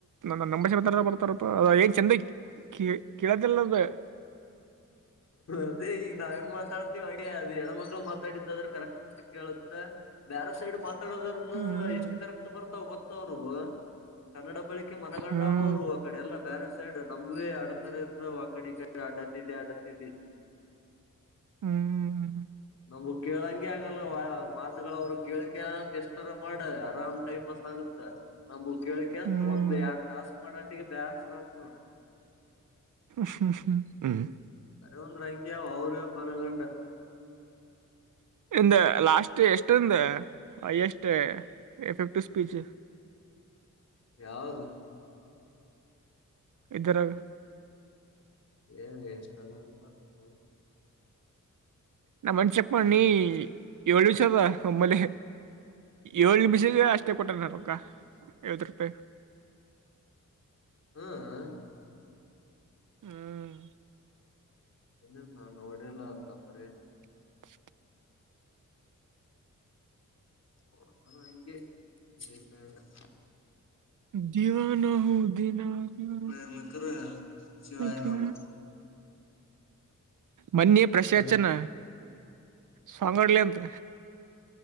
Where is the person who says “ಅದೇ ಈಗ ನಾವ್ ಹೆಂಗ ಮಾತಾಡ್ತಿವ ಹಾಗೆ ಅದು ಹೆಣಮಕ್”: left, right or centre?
Left